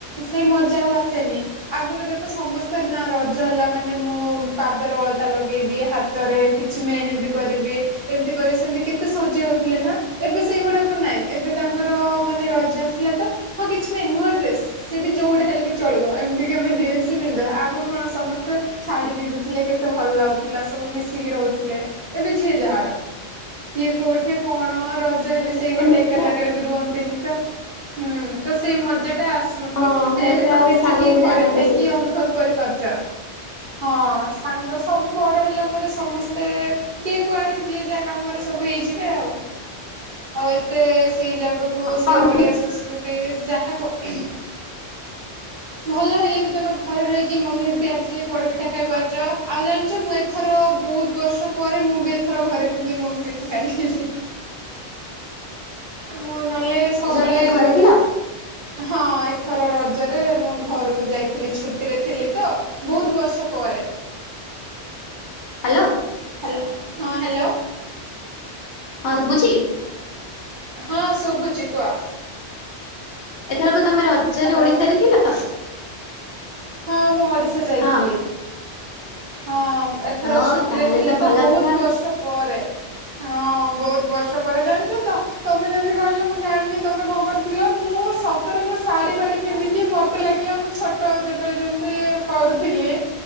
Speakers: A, on the right; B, on the left.
A: ସେଇ ମଜା ଆଉ ଆସେନି। ଆଗରୁ ଦେଖ ସମସ୍ତେ ନା ରଜ ହେଲା ମାନେ ମୁଁ ପାଦରେ ଅଳତା ଲଗେଇଦିଏ, ହାତରେ କି ଛି ମେହେନ୍ଦି କରିବି। ଏମିତି କରି ସେମିତି କେତେ ସଜେଇ ହଉଥିଲେ ନା? ଏବେ ସେଇଗୁଡାକ ନାଇଁ ଏବେ ତାଙ୍କର ମାନେ ରଜ ଆସିଲା ତ ହଁ କିଛି ନାଇଁ ନୂଆ ଡ୍ରେସ୍। ସିଏ ବି ଯୋଉଟା ହେଲେ ବି ଚଳିବ, ଏମିତିକି ଆମେ ଜିନ୍ସ ପିନ୍ଧିବା ଆଗରୁ କଣ ସମସ୍ତେ ଶାଢୀ ପିନ୍ଧୁଥିଲେ କେତେ ଭଲ ଲାଗୁଥିଲା ସବୁ ମିଶିକି ରହୁ ଥିଲେ ଏବେ ଯିଏ ଯାହାର, କିଏ କୋଉଠି କଣ ରଜ ହେଲେ ସେଇ ଗୋଟେ
B: ଏବେ
A: ଏକା
B: ପୁରା
A: ଜାଗାରେ ବି ରୁହନ୍ତିନି ତ, ହୁଁ ତ ସେଇ ମଜାଟା ଆସୁ ନଥିବ
B: ହଁ
A: ହେଲେ
B: ଏବେ
A: ବି ତମେ
B: ଆଉ
A: ଏତିକି
B: ସାଙ୍ଗ ବି
A: ଘରେ
B: ନାହାନ୍ତି
A: ଥାଇକି
B: ସେତେ
A: ଅନୁଭବ କରିପାରୁଚ। ହଁ ସାଙ୍ଗ ସବୁ ବଡ଼ ହେଲା ପରେ ସମସ୍ତେ ତେ କିଏ କୁଆଡେ ଯିଏ ଯା କାମରେ ସବୁ ହେଇଯିବେ ଆଉ। ଆଉ ଏତେ ସେଇ ଜାଗାକୁ ସେଇ
B: ହଁ
A: ଓଡିଆ ସଂସ୍କୃ ତି ଯାହା କ <unintelligible> ଭଲ ହେଲେ ବି ତମେ ଘରେ ରହିକି ମମି ତିଆରିଥିଲେ ପୋଡ଼ପିଠା ଖାଇପାରୁଛ, ଆଉ ଜାଣିଛ ମୁଁ ଏଥର ବୋହୁତ ବର୍ଷ ପରେ ମୁଁ ବି ଏଥର ଘରେ ଥିଲି ମୁଁ ବି ପିଠା ଖାଇଥିଲି। ମୁଁ ନଲେ ସବୁବେଳେ,
B: ରଜରେ ଘରେ ଥିଲ
A: ହଁ ଏଥର ରଜରେ ମୁଁ ଘରକୁ ଯାଇଥିଲି ଛୁ ଟିରେ ଥିଲି ତ ବୋହୁତ ବର୍ଷ ପରେ।
B: ହ୍ୟାଲୋ
A: ହାଲୋ ହଁ ହାଲୋ?
B: ହଁ ଶୁବୁଚି?
A: ହଁ ଶୁଭୁଛି କୁହ?
B: ଏଥରକ ତମେ ରଜରେ
A: ହାଲୋ
B: ଓଡିଶାରେ ଥିଲ?
A: ହଁ ମୁଁ ଓଡଡ଼ିଶା ଯାଇଥିଲି।
B: ହଁ
A: ହଁ ଏଥର
B: ହଁ
A: ଛୁଟିରେ
B: ତାହେଲେ
A: ଥିଲି
B: ଭଲ
A: ତ ବୋହୁତ
B: କଥା
A: ବର୍ଷ ପରେ। ହଁ ବୋହୁତ ବର୍ଷପରେ ଜାଣିଚ ତ? ତମେ ଯେମିତି କହିଲ ମୁଁ ଜାଣିନି ତମେ କଣ କରିଥିଲ ମୁଁ ସତରେ ମୁଁ ଶାଢୀ ଫାଢୀ ପିନ୍ଧିକି ମ ମତେ ଲାଗିଲା ମୁଁ ଛୋଟ ଯେବେଳେ ଯେମିତି କରୁଥିଲି